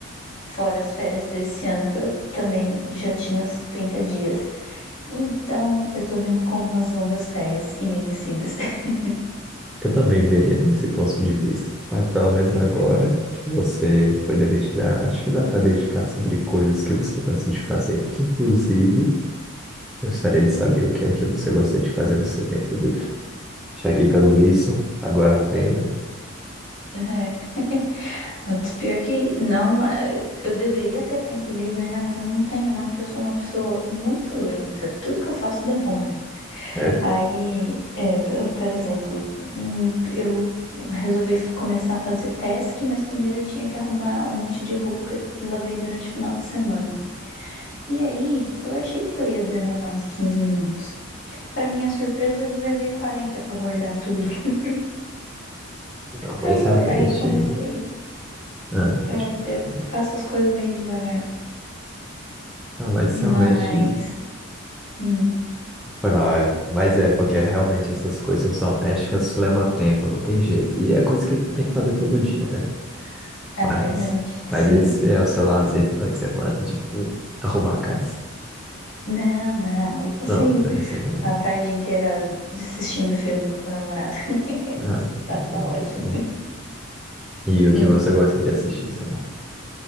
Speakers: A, on the left; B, in the centre.
A: Fora as férias desse ano, que eu também já tinha os 30 dias. Então, eu tô vendo como umas longas férias e merecidas. <laughs>
B: eu também veria desse ponto de vista. Mas pelo menos
A: Pois
B: agora
A: é.
B: que você foi demitida, acho que dá para dedicar sobre coisas que você gosta de fazer. Que, inclusive, gostaria de saber o que é que você gosta de fazer no seu tempo livre. Já que, pelo visto, agora tem, né?
A: É, o pior que não, é, eu deveria ter tempo livre, né? Mas eu não tenho, não, porque eu sou uma pessoa muito lenta. Tudo que eu faço <laughs> demora.
B: Sério?
A: Aí, é, p- por exemplo, hum, eu resolvi f- começar a fazer task, mas primeiro eu tinha que arrumar um monte de roupa que eu lavei durante o final de semana. E aí, eu achei que eu ia demorar uns 15 minutos. Pra minha surpresa, eu levei 40 pra guardar tudo. <laughs>
B: Não, mas
A: Aí, co-
B: realmente.
A: aí comecei.
B: Ah,
A: É,
B: praticamente.
A: eu faço as coisas meio devagar.
B: Não, mas
A: Mas,
B: realmente
A: hum,
B: foi mal, é. Mas é porque realmente essas coisas domésticas levam tempo, não tem jeito. E é coisa que tu tem que fazer todo dia, né?
A: é
B: Mas,
A: verdade,
B: mas
A: sim.
B: esse é o seu lazer final de semana, tipo, arrumar a casa?
A: Não, não, eu passei
B: Não, durante a semana.
A: a tarde inteira assistindo filme com o namorado. <laughs>
B: Ah,
A: Tava
B: que bom,
A: ótimo.
B: que bom. E o
A: É.
B: que você gosta de assistir, será?